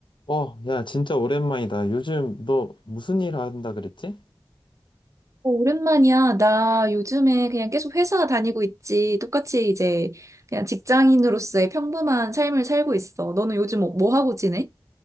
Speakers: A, on the left; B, on the right.
A: 어, 야, 진짜 오랜만이다. 요즘 너 무슨 일 한다 그랬지?
B: 어, 오랜만이야. 나 요즘에 그냥 계속 회사 다니고 있지. 똑같이 이제 그냥 직장인으로서의 평범한 삶을 살고 있어. 너는 요즘 뭐뭐 하고 지내?